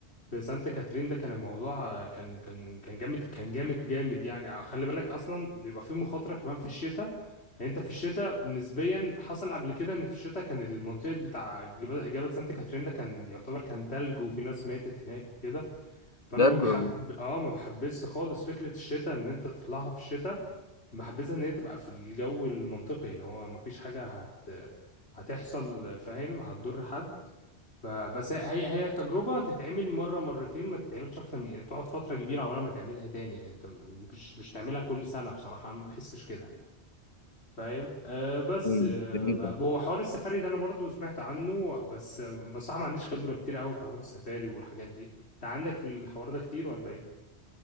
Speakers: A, on the left; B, on the left.
A: في سانت كاترين ده كان الموضوع آه، كان كان كان جامد كان جامد جامد يعني آه، خلي بالك اصلا بيبقى فيه مخاطره كمان في الشتاء يعني انت في الشتاء نسبيا حصل قبل كده ان في الشتاء كان المنطقه بتاع جبل جبل سانت كاترين ده كان يعتبر كان تلج وفي ناس ماتت هناك وكده فانا
B: بجد
A: ما بحب
B: والله
A: اه ما بحبش خالص فكره الشتاء ان انت تطلعها في الشتاء بحبذها ان هي تبقى في الجو المنطقي ده هو ما فيش حاجه هت هتحصل فاهم هتضر حد فبس هي هي تجربة تتعمل مرة مرتين ما تتعملش أكتر من تقعد فترة كبيرة عقبال ما تعملها تاني يعني أنت م- مش مش تعملها كل سنة بصراحة أنا ما بحسش كده فاهم أه بس
B: امم
A: آه،
B: جميل.
A: ب- هو حوار السفاري ده أنا برضو سمعت عنه بس آه، بصراحة ما عنديش خبرة كتير قوي في حوار السفاري والحاجات دي أنت عندك في الحوار ده كتير ولا إيه؟